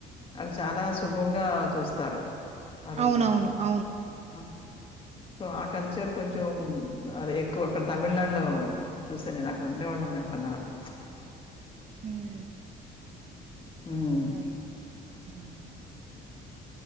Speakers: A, on the left; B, on the right.
A: ఆల్ చాలా శుభంగా చూస్తారు. ఆ రోజు.
B: అవునవును అవును.
A: ఆ! సో ఆ కల్చర్ కొంచెం అది ఎక్కువ అక్కడ తమిళనాడులో చూసా నేనక్కడ ఉండేవాళ్ళం. ఉన్నాం కొన్నాలు.
B: ఉమ్.
A: ఉమ్.
B: అదే ఉమ్,